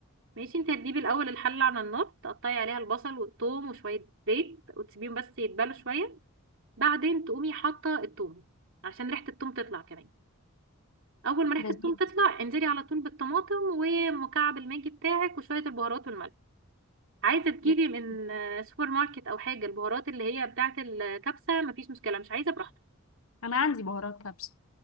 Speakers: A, on the right; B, on the left.
A: ماشي انت هتجيبي الاول الحله على النار تقطعي عليها البصل والثوم وشويه زيت وتسيبيهم بس يتبلوا شويه بعدين تقومي حاطه الثوم علشان ريحه الثوم تطلع كمان اول ما ريحه
B: لذيذ
A: الثوم تطلع انزلي على طول بالطماطم ومكعب الماجي بتاعك وشويه البهارات والملح عايزه تجيبي
B: لذيذ.
A: من آه، سوبر ماركت او حاجه البهارات اللي هي بتاعه الكبسه مفيش مشكله مش عايزه براحتك
B: أنا عندي بهارات كبسة